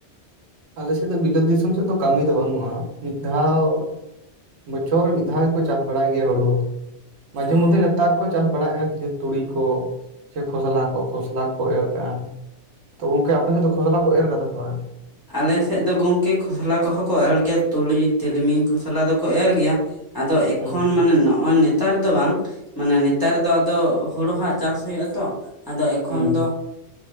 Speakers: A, on the right; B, on the left.
A: ᱟᱞᱮ ᱥᱮᱫ ᱫᱚ ᱵᱤᱞᱟᱹᱛ ᱫᱤᱥᱚᱢ ᱥᱮᱜ ᱫᱚ ᱠᱟᱹᱢᱤ ᱫᱚ ᱵᱟᱹᱱᱩᱜᱼᱟ ᱢᱤᱫ ᱫᱷᱟᱣ ᱵᱚᱪᱷᱚᱨ ᱢᱤᱫ ᱫᱷᱟᱣ ᱜᱮᱠᱚ ᱪᱟᱥ ᱵᱟᱲᱟᱭ ᱜᱮᱭᱟ ᱦᱳᱲᱳ ᱢᱟᱡᱷᱮ
B: ᱚ
A: ᱢᱚᱫᱽᱫᱮ ᱱᱮᱛᱟᱨ ᱠᱚ ᱪᱟᱥ ᱵᱟᱲᱟᱭᱮᱜ-ᱟ ᱛᱩᱲᱤ ᱠᱚ ᱥᱮ ᱠᱷᱚᱥᱞᱟ ᱠᱚ ᱠᱷᱚᱥᱞᱟ ᱠᱚ ᱮᱨ ᱠᱟᱜ-ᱟ ᱛᱚ ᱜᱚᱝᱠᱮ ᱟᱯ ᱯᱮ ᱫᱚ ᱠᱷᱚᱥᱚᱞᱟ ᱠᱚ ᱮᱨ ᱠᱟᱫᱟ ᱥᱮ ᱵᱟᱝ?
B: ᱟᱞᱮ ᱥᱮᱜ ᱫᱚ ᱜᱚᱝᱠᱮ ᱠᱷᱚᱥᱞᱟ ᱠᱚᱦᱚᱸ ᱠᱚ ᱮᱲ ᱜᱮᱭᱟ ᱛᱩᱲᱤ ᱛᱤᱞᱢᱤᱧ ᱠᱷᱚᱥᱞᱟ ᱫᱚᱠᱚ ᱮᱨ ᱜᱮᱭᱟ᱾ ᱟᱫᱚ ᱮᱠᱷᱚᱱ
A: ᱦᱩᱸ
B: ᱢᱟᱱᱮ ᱱᱚᱜᱼᱚᱭ ᱱᱤᱛ ᱛᱟᱨ ᱫᱚ ᱵᱟᱝ ᱢᱟᱱᱮ ᱱᱮᱛᱟᱨ ᱫᱚ ᱟᱫᱚ ᱦᱳᱲᱳ ᱦᱟᱜ ᱪᱟᱥ ᱦᱳᱦᱳᱜ-ᱟ ᱛᱚ ᱟᱫᱚ ᱮᱠᱷᱚᱱ
A: ᱦᱩᱸ
B: ᱫᱚ